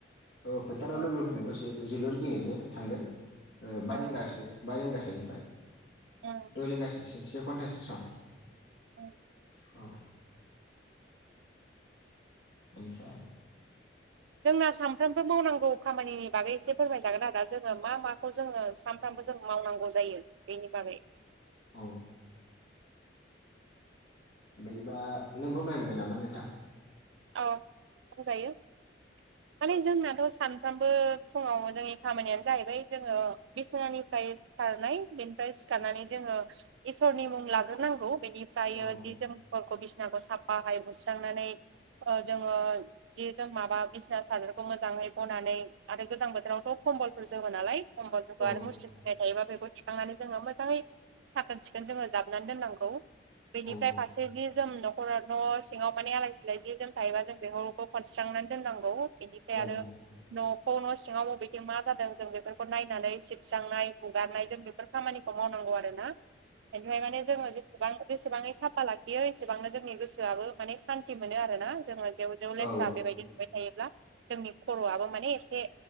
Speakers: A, on the left; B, on the right.
A: ओ फोथाराव
B: उम
A: लोगोफोरजों दसे जोलुर गेलेनो थांगोन ओ बा
B: उम
A: रिंगासो बा रिंगासोनिफ्राय
B: उम
A: द' रिंगासोसिम से घन्टासो सम
B: उम
A: अ आलफा
B: जोंना सानफ्रामबो मावनांगौ खामानिनि बागै एसे फोरमायजागोन आरोदा जोङो मा मा खौ जोङो सानफ्रामबो
A: औ
B: जों मावनांगौ जायो बेनि बागै
A: औ बेदिबा नों फोरमायग्रोदो नामा नोंथां
B: औ बुंजायो माने जोंनाथ' सानफ्रामबो फुङाव जोंनि खामानियानो जाहैबाय जोङो बिसिनानिफ्राय सिखारनाय बेनिफ्राय सिखारनानै जोङो इसोरनि मुं लाग्रोनांगौ बेनिफ्रायो
A: ओ
B: जि जोमफोरखौ बिसिनाखौ साफाहाय बुस्रांनानै ओ जोङो जि जोम माबा बिसिना सादोरखौ मोजाङै बनानै आरो गोजां बोथोरावथ' कम्बलफोर जोमो नालाय खम्बलफोरखौ
A: औ
B: आरो मुस्रि सो <unintelligible> थायोबा बेखौ थिखांनानै जोङो मोजाङै साखोन सिखोन जोङो जाबनानै दोननांगौ। बेनिफ्राय
A: औ
B: फारसे जि जोम न'खर न' सिङाव माने आलाय सिलाय जि जोम थायोबा जों बेफोरखौ खनस्रांनानै दोननांगौ बेनिफ्राय
A: औ
B: आरो न'खौ न' सिङाव मबेथिं मा जादों जों बेफोरखौ नायनानै सिबस्रांनाय हुगारनाय जों बेफोर खामानिखौ मावनांगौ आरो ना?
A: <inaudible>
B: बेनिफाय माने जोङो जेसे बां बेसेबाङै साफा लाखियो एसेबांनो जोंनि गोसोआबो माने सान्ति मोनो आरो ना? जोङो जेव जेव लेथ्रा
A: औ
B: बेबायदि नुबाय थायोब्ला जोंनि खर'वाबो माने एसे